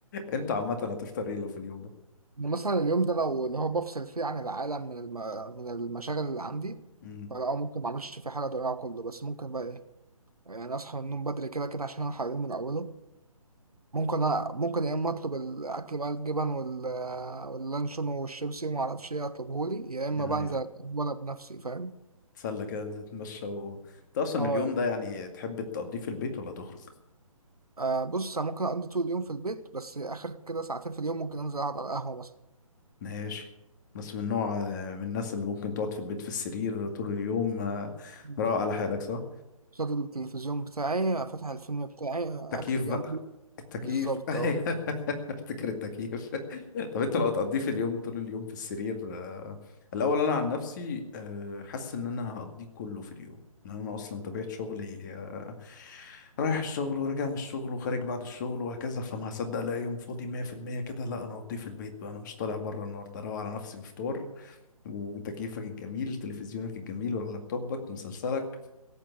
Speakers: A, on the left (about 30°); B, on the right (about 90°).
A: انت عامه هتفطر ايه لو في اليوم ده
B: يعني مثلا اليوم ده لو اللي هو بفصل فيه عن العالم من الم... من المشاغل اللي عندي
A: امم
B: فلا آه، ممكن ما اعملش فيه حاجه اضيعه كله بس ممكن بقى ايه يعني اصحى من النوم بدري كده كده عشان الحق اليوم من اوله ممكن أ... ممكن يا اما اطلب الاكل بقى الجبن وال... واللانشون والشيبسي وما اعرفش ايه اطلبه لي يا اما
A: ايوه
B: بقى انزل وانا بنفسي فاهم
A: تسلى كده ننزل نتمشى و... انت اصلا
B: اه
A: اليوم ده يعني تحب تقضيه في البيت ولا تخرج
B: آه، بص أنا ممكن اقضي طول اليوم في البيت بس اخر كده ساعتين في اليوم ممكن انزل اقعد على القهوه
A: ماشي بس من نوع من الناس اللي ممكن تقعد في البيت في السرير طول اليوم آه،
B: مثلا
A: مروق على حالك صح
B: قصاد التلفزيون بتاعي فاتح الفيلم بتاعي أكل
A: تكييف
B: جنبي
A: بقى التكييف
B: بالظبط
A: <laughs> أيوة.
B: أه
A: افتكر التكييف طب انت
B: <laughs>
A: لو هتقضيه في اليوم طول اليوم في السرير آه، الاول انا عن نفسي آه، حاسس ان انا هقضيه كله في اليوم لان انا اصلا طبيعه شغلي آه، رايح الشغل وراجع من الشغل وخارج بعد الشغل وهكذا فما هصدق الاقي يوم فاضي 100% كده لا انا هقضيه في البيت بقى انا مش طالع بره النهارده اروق على نفسي بفطار وتكييفك الجميل تلفزيونك الجميل ولا لابتوبك مسلسلك